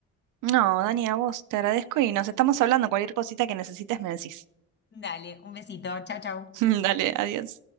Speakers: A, on the right; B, on the left.
A: No, Dani, a vos te agradezco y nos estamos hablando. Cualquier cosita que necesites me decís.
B: Dale, un besito. Chau, chau.
A: <laughs> Dale, adiós.